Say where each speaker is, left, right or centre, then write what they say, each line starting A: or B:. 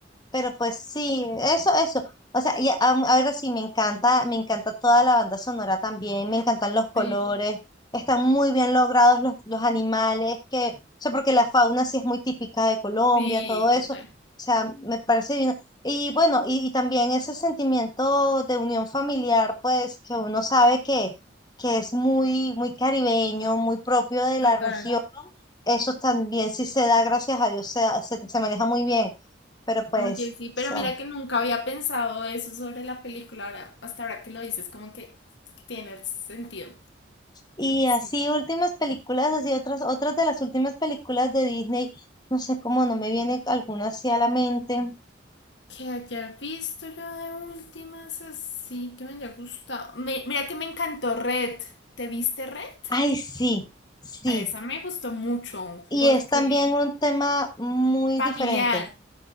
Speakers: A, on the left (about 20°); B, on the left (about 70°).
A: pero pues sí, eso, eso. O sea, y a- ahora sí, me encanta, me encanta toda la banda sonora también, me encantan los colores,
B: Sí,
A: están muy bien logrados los, los animales, que, o sea, porque la fauna sí es muy típica de Colombia,
B: sí,
A: todo eso.
B: total.
A: O sea, me parece bien. Y bueno, y, y también ese sentimiento de unión familiar, pues, que uno sabe que, que es muy, muy caribeño, muy propio de la
B: Total.
A: región, eso también sí se da, gracias a Dios, se da- se se maneja muy bien pero pues,
B: Oye, sí, pero
A: o sea,
B: mira que nunca había pensado eso sobre la película. Ahora, hasta ahora que lo dices, como que tiene sentido.
A: y
B: Sí.
A: así últimas películas, así otras, otras de las últimas películas de Disney, no sé cómo no me viene alguna así a la mente.
B: Que haya visto yo de últimas así, que me haya gustado. Me- mira que me encantó Red. ¿Te viste Red?
A: Ay, sí, sí,
B: A esa me gustó mucho
A: y
B: porque
A: es también un tema muy
B: familiar,
A: diferente,